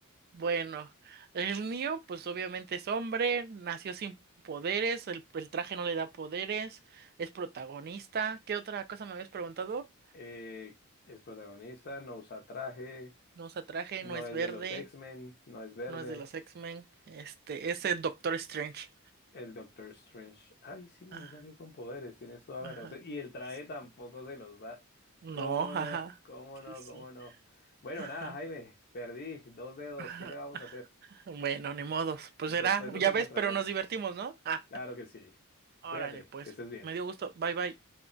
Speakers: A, on the right; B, on the left.
A: Bueno, el mío, pues obviamente es hombre, nació sin poderes, el, el traje no le da poderes, es protagonista. ¿Qué otra cosa me habías preguntado?
B: Eh, es protagonista, no usa traje,
A: No usa traje,
B: no
A: no es
B: es
A: verde,
B: de los X-Men, no es verde.
A: no es de los X-Men, este, es el Doctor Strange.
B: El Doctor Strange. Ay, sí,
A: Ah,
B: no salió con poderes, tienes toda
A: ajá.
B: la razón. Y el traje
A: So-
B: tampoco se los da.
A: No,
B: ¿Cómo
A: ajá.
B: no? ¿Cómo
A: Sí,
B: no?
A: sí.
B: ¿Cómo no? Bueno,
A: Ajá.
B: nada, Jaime, perdí dos dedos.
A: ajá.
B: ¿Qué le vamos a hacer?
A: Bueno, ni modos. Pues
B: Después
A: será,
B: nos
A: ya
B: encontraremos.
A: ves, pero nos divertimos, ¿no? Ah,
B: Claro que sí.
A: órale,
B: Cuídate,
A: pues.
B: que estés bien.
A: Me dio gusto. Bye, bye.